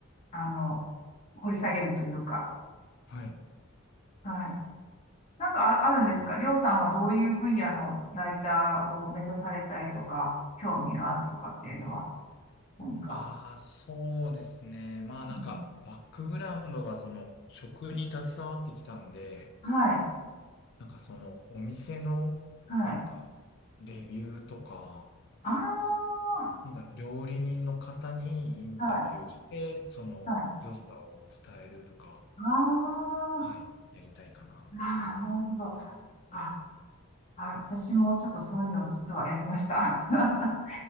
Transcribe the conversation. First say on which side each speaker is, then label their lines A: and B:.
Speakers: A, on the left (about 35°); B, on the left (about 55°).
A: あの、掘り下げるというか。
B: あ、はい。
A: はい。なんかあ、あるんですかりょうさんはどういう分野のライターを目指されたいとか、
B: うん
A: 興味があるとかっていうのは何か。
B: ああ、そうですね。まあなんか、
A: うん、
B: バックグラウンドがその、食に携わってきたんで、
A: はい。
B: なんかその、お店の、
A: はい。
B: なんか、レビューとか、
A: ああ。
B: なんか料理人の方にインタビューをして、
A: はい。
B: その、
A: はい。
B: 良さを伝えるとか、
A: ああ。
B: はい、やりたいかなっていうのは。
A: ああ、なるほど。
B: はい。
A: あ、あ、私もちょっとそういうのを実はやりました。<laughs> あ